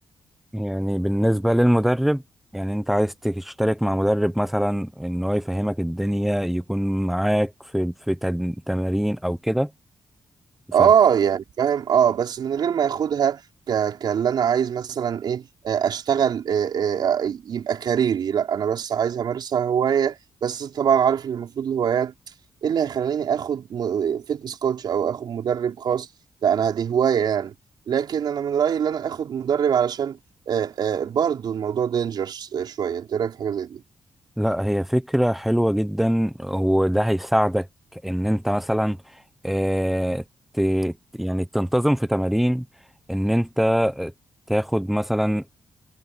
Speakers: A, in the centre; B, on the right.
A: يعني بالنسبة للمدرب يعني انت عايز تشترك مع مدرب مثلا ان هو يفهمك الدنيا يكون معاك في في تد- تمارين او كده ف-
B: اه يعني فاهم اه بس من غير ما ياخدها ك... كاللي انا عايز مثلا ايه آه، اشتغل آه، آه، آه، يبقى كاريري لا انا بس عايز امارسها هواية بس طبعا عارف ان المفروض الهوايات ايه اللي هيخليني اخد م... فيتنس كوتش او اخد مدرب خاص لا انا دي هواية يعني لكن انا من رأيي ان انا اخد مدرب علشان آه، آه، برضو الموضوع دينجرس شوية انت إيه رايك في حاجة زي دي
A: لا هي فكرة حلوة جدا وده هيساعدك ان انت مثلا اه ت يعني تنتظم في تمارين ان انت تاخد مثلا